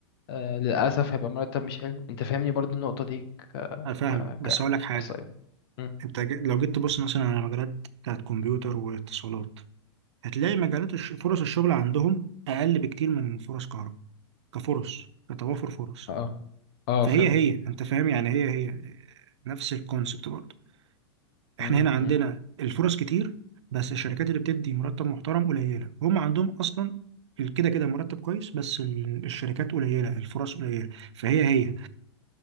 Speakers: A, on the left; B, on the right.
A: آه للاسف هيبقى مرتب مش حلو انت فاهمني برضو النقطة دي ك
B: انا فاهمك بس
A: ك
B: اقول لك حاجه
A: احصائيات مم.
B: انت ج- لو جيت تبص مثلا على مجالات بتاعت كمبيوتر واتصالات هتلاقي مجالات الش... فرص الشغل عندهم اقل بكتير من فرص كهرباء كفرص كتوافر فرص
A: اه اه
B: فهي
A: فهمت
B: هي انت فاهم يعني هي هي نفس الكونسبت برضه احنا
A: مم.
B: هنا عندنا
A: مم.
B: الفرص كتير بس الشركات اللي بتدي مرتب محترم قليله هم عندهم اصلا ال- كده كده مرتب كويس بس ال- الشركات قليله الفرص قليله فهي هي